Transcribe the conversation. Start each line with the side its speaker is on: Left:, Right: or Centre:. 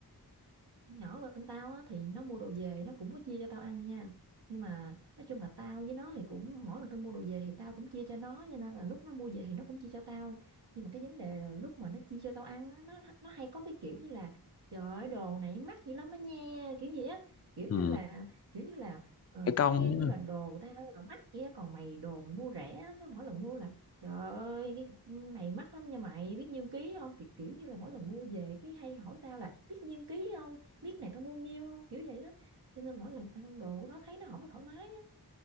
Right: Con nhỏ bên tao á thì nó mua đồ về nó cũng có chia cho tao ăn nha nhưng mà nói chung là tao với nó thì cũng mỗi lần tao mua đồ về thì tao cũng chia cho nó cho nên là lúc nó mua về thì nó cũng chia cho tao nhưng mà cái vấn đề là lúc mà nó chia cho tao ăn á, nó nó hay có cái kiểu như là trời ơi đồ này mắc dữ lắm á nha kiểu gì á kiểu như
Left: ừ
Right: là kiểu như là ờ,
Left: cái công
Right: khoe
Left: nữa.
Right: như là đồ của tao là mắc kia còn mày đồ mày mua rẻ á, cái mỗi lần mua là trời ơi cái này mắc lắm nha mày biết nhiêu ký không kiểu, kiểu như là mỗi lần mua về cái hay hỏi tao là biết nhiêu ký không biết này tao mua nhiêu không kiểu vậy đó cho nên mỗi lần ăn đồ của nó thấy nó không có thoải mái á